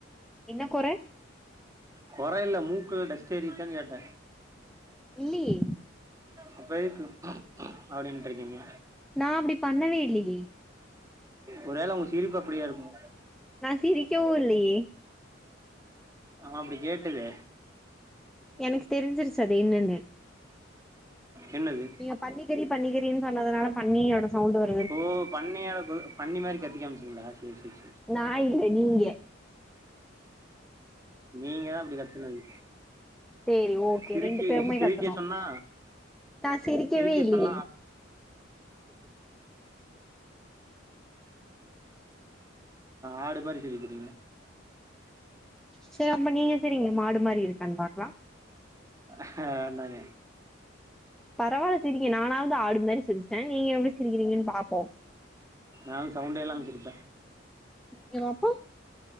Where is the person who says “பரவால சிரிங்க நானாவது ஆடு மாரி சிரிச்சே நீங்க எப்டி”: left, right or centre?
Centre